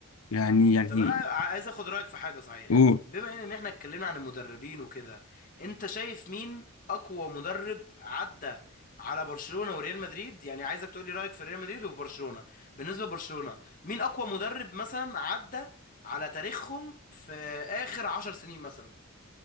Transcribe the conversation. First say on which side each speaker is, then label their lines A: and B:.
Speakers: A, on the left; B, on the left.
A: يعني يعني
B: طب انا ع- عايز اخد رايك في حاجه صحيح
A: اوه
B: بما ان احنا اتكلمنا عن المدربين وكده انت شايف مين اقوى مدرب عدى على برشلونه وريال مدريد يعني عايزك تقول لي رايك في ريال مدريد وفي برشلونه بالنسبه لبرشلونه مين اقوى مدرب مثلا عدى على تاريخهم في اخر عشر سنين مثلا